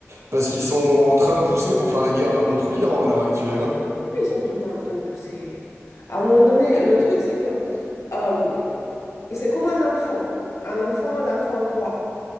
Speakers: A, on the right (about 75°); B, on the left (about 80°).
A: parce qu'ils sont en train de pousser pour faire la guerre contre l'Iran à l'heure actuelle, hein.
B: Mais ils sont tout le temps en train de pousser. À un moment donné, le truc, c'est que euh, c'est comme un enfant. Un enfant, l'enfant roi.